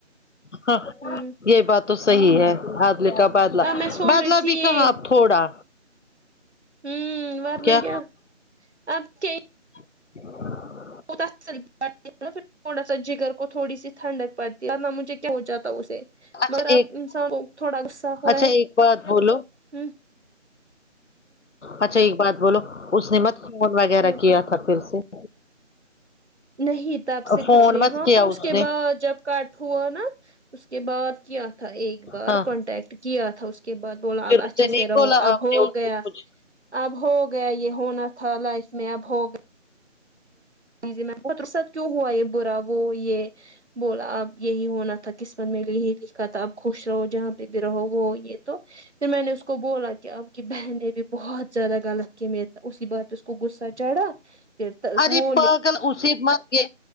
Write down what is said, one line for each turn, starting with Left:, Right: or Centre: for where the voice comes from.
Left: ہاں
Right: ہوں
Left: یہ بات تو صحیح ہے عادلہ کا بادلہ
Right: اب میں سوچ
Left: بادلہ
Right: رہی تھی
Left: بھی
Right: یہ
Left: کہاں آپ تھوڑا
Right: ہوں وارنگ
Left: کیا
Right: ہے اپ کے
Left: <unintelligible>
Right: پھر تھوا سا جگر کو تھوڑی سی تھنڈک پڑتی نہ مجھے کیا ہو جاتا تو اسے
Left: اچھا
Right: مگر
Left: ایک
Right: اب انسان کو تھوڑا غصہ ہوا
Left: اچھا
Right: ہے
Left: ایک بات بولو
Right: ہم
Left: اچھا ایک بات بولو اس نے مت فون وغیرہ
Right: بتا
Left: کیا تھا پھر سے <inaudible>
Right: نہیں تب سے
Left: فون
Right: کچھ نہیں
Left: مت
Right: ہاں
Left: کیا
Right: اس کے
Left: نے
Right: بعد جب کاٹ ہوا نا اس کے بعد کیا تھا ایک بار
Left: ہاں
Right: کانٹیکٹ کیا تھا اس کے بعد بولا
Left: پھر
Right: اب
Left: اسے
Right: اچھے
Left: نہیں
Right: سے رہو
Left: بولا
Right: اب
Left: آپ
Right: ہو
Left: نے اس
Right: گیا
Left: کو کچھ
Right: اب ہو گیا یہ ہونا تھا لائف میں اب ہو گیا جی جی میم بہتر سات کیوں ہوا یہ برا وہ یہ بولا اب یہی ہونا تھا قسمت میں یہی لکھا تھا آپ خوش رہو جہاں پہ بھی رہو وہ یہ تو پھر میں نے اس کو بولا کہ اب کی بہن نے بھی بہت زیادہ غلط کی میرے سے اسی بات پہ اس کو غصہ چڑھا پھر
Left: ارے
Right: وہ
Left: پاگل اسے مت دے